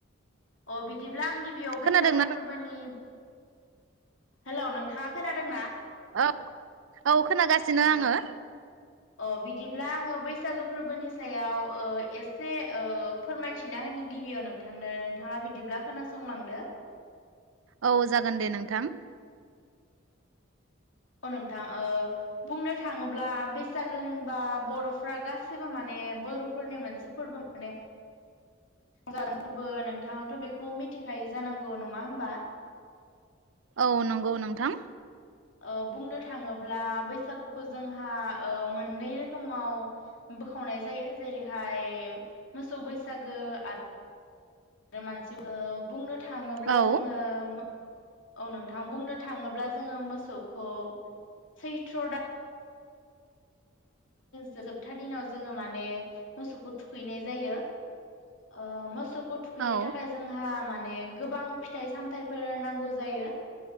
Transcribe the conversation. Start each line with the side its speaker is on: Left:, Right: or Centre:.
Left: अ बिदिब्ला आं गिबियाव बैसागो
Right: खोनादोंना
Left: फोरबोनि हेल' नोंथाङा खोनादोंना?
Right: औ औ खोनागासिनो
Left: औ
Right: आङो।
Left: अ बिदिब्ला आङो बैसागो फोरबोनि सायाव ओ एसे ओ फोरमायथिना होनो गिबियाव नोंथांनो नोंथाङा बिदिब्ला खोनासंलांदो।
Right: औ जागोन दे नोंथां।
Left: अ नोंथां ओ बुंनो थाङोब्ला बैसागो होनबा बर'फ्रा गासैबो माने बर'फोरनि मोनसे फोरबो माने <inaudible> ज <inaudible> फोरबो नोंथाङाथ' बेखौ मिथिखायो जानांगौ नङा होनबा।
Right: औ नंगौ नोंथां।
Left: ओ बुंनो थाङोब्ला बैसागुखौ जोंहा ओ मोननै रोखोमाव बोखावनाय जायो जेरैहाय मोसौ बैसागो आरो। आरो <inaudible> मानसि <inaudible> बुंनो। थाङोब्ला
Right: औ
Left: जोङो औ नोंथां बुंनो थाङोब्ला जोङो मोसौखौ सैथ्र' दा जोबथा दिनाव जोङो माने मोसौखौ थुखैनाय जायो ओ मोसौ थुखैनो
Right: औ
Left: थाखाय जोंहा माने माने गोबां फिथाइ सामथायफोर नांगौ जायो